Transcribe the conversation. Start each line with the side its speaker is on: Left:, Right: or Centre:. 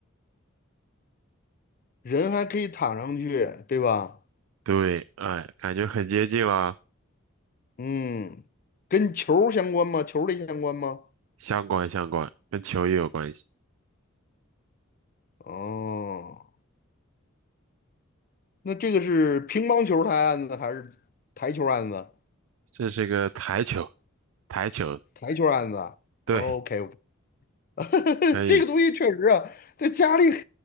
Left: 人还可以躺上去，对吧？
Right: 对，哎，感觉很接近了，
Left: 嗯，跟球儿相关吗？球儿类相关吗？
Right: 相关相关，跟球也有关系，
Left: 哦。那这个是乒乓球台案子还是台球案子？
Right: 这是个台球，台球，
Left: 台球案子
Right: 对，
Left: o k <laughs>
Right: 可以，
Left: 这个东西确实啊，在家里，